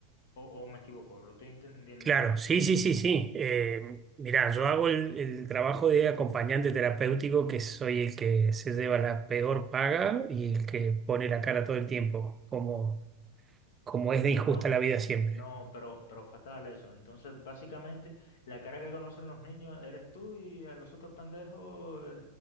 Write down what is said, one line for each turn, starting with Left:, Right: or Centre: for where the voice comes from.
Left: O, o me equivoco, lo estoy entendiendo
Right: Claro,
Left: mal.
Right: sí, sí, sí, sí. Eh, mirá, yo hago el, el trabajo de acompañante terapéutico, que soy el que se lleva la peor paga y el que pone la cara todo el tiempo, como, como es de injusta
Left: No,
Right: la vida siempre.
Left: no, pero, pero fatal eso. Entonces, básicamente, la cara que conocen los niños eres tú y a los otros pendejos eh,